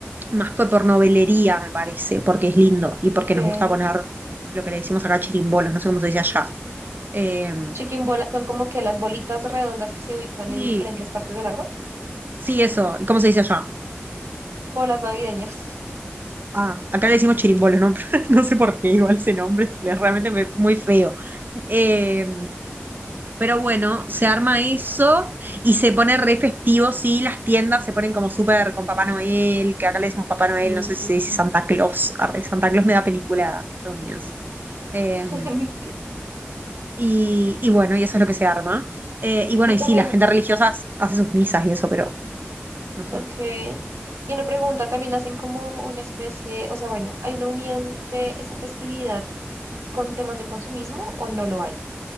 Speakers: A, on the right; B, on the right.
A: más que por me parece, porque es lindo y porque
B: ok.
A: nos gusta poner lo que le decimos acá chirimbolos, no sé cómo se dice allá. Eh,
B: Chiquimbolas son como que las bolitas redondas que se ubican
A: sí,
B: en diferentes partes del árbol.
A: sí, eso. ¿Y cómo se dice allá?
B: Bolas navideñas.
A: Ah, acá le decimos chirimbolos, ¿no? <laughs> No sé por qué, igual ese nombre <laughs> le- realmente me- muy feo. Eh, pero bueno, se arma eso y se pone re festivo, sí, las tiendas se ponen como súper con Papá Noel, que acá le decimos Papá Noel,
B: Mm.
A: no sé si se dice Santa Claus, arre, Santa Claus me da película estadounidense. Eh,
B: <laughs>
A: Y, y bueno, y eso es lo que se arma. Eh, y bueno,
B: Y
A: y
B: también,
A: sí, la gente religiosa hace sus misas y eso, pero nosotros.
B: ok. Y una pregunta, también hacen como una especie, o sea, bueno, ¿hay una unión de esa festividad con temas de consumismo o no lo hay?